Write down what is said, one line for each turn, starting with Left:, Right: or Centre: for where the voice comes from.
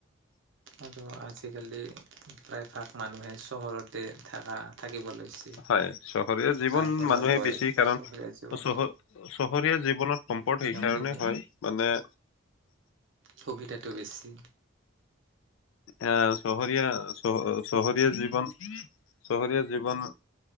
Right: আৰু আজিকালি প্ৰায়ভাগ মানুহে চহৰতে থাকা থাকিব লৈছে।
Left: হয় চহৰীয়া জীৱন
Right: তাৰ পৰা
Left: মানুহে
Right: গৈ
Left: বেছি কাৰণ
Right: চহৰীয়া
Left: চহ-চহৰীয়া
Right: জীৱন
Left: জীৱনত সম্পদ
Right: দিনক
Left: এইকাৰণে
Right: দিনে
Left: হয় মানে
Right: সুবিধাটো বেছি।
Left: আ চহৰীয়া চহ-চহৰীয়া জীৱন চহৰীয়া জীৱন।